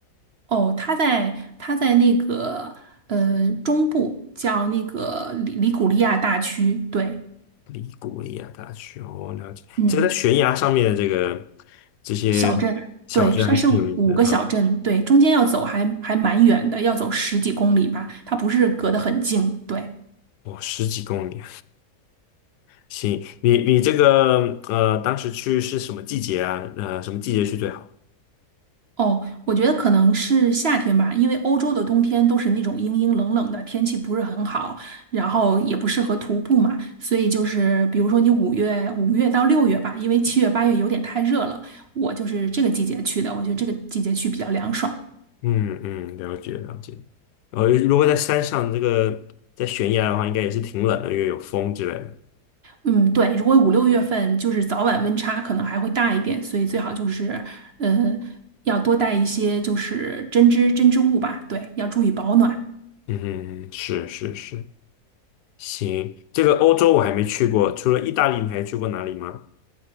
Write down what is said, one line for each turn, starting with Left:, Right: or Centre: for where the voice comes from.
Right: 哦，它在它在那个呃中部，叫那个里里古利亚大区，对，
Left: 利古里亚大学，哦，了解。
Right: 嗯，
Left: 这个在悬崖上面的这个这些
Right: 小镇，
Left: 小镇还挺有意思的啊。
Right: 对，它是五个小镇，对，中间要走还还蛮远的，要走十几公里吧，它不是隔得很近，对，
Left: 哦，十几公里，行。你你这个呃，当时去是什么季节啊？呃，什么季节去最好？
Right: 哦，我觉得可能是夏天吧，因为欧洲的冬天都是那种阴阴冷冷的，天气不是很好，然后也不适合徒步嘛，所以就是比如说你五月五月到六月吧，因为七月八月有点太热了，我就是这个季节去的，我觉得这个季节去比较凉爽。
Left: 嗯嗯，了解了解。然后如果在山上这个在悬崖的话，应该也是挺冷的，因为有风之类的。
Right: 嗯，对，如果五六月份就是早晚温差可能还会大一点，所以最好就是，呃，要多带一些就是针织针织物吧，对，要注意保暖。
Left: 嗯哼，是是是，行，这个欧洲我还没去过，除了意大利，你还去过哪里吗？